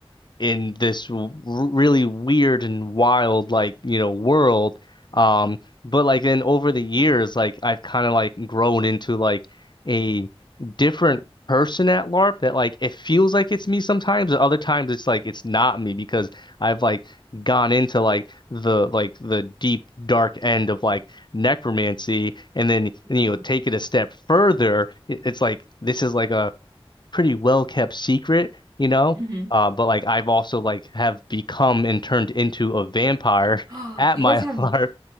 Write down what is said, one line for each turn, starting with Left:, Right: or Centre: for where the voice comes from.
Left: in this w really weird and wild like you know world um but like then over the years like I've kind of like grown into like a different person at LARP that like it feels like it's me sometimes and other times it's like it's not me because I've like gone into like the like the deep dark end of like necromancy and then
Right: Ooh.
Left: you know take it a step further it, it's like this is like a pretty well kept secret, you know.
Right: Mm-hmm.
Left: Uh, but like I've also like have become and turned into a vampire
Right: Oh,
Left: <laughs> at
Right: <gasps> you
Left: my
Right: guys have
Left: <laughs> heart